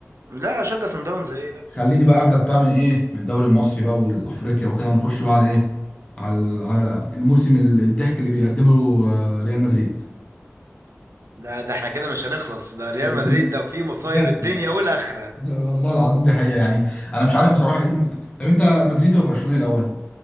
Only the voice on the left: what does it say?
خليني
بقى اخدك بقى من ايه من الدوري المصري بقى والافريقيا وكده ونخش بقى على ايه على على الموسم الضحك اللي بيقدمه آه، ريال مدريد
<laughs>
بجد
يعني.
والله العظيم دي حقيقة يعني انا مش عارف بصراحة ايه الم- طب انت مدريد ولا برشلونة الاول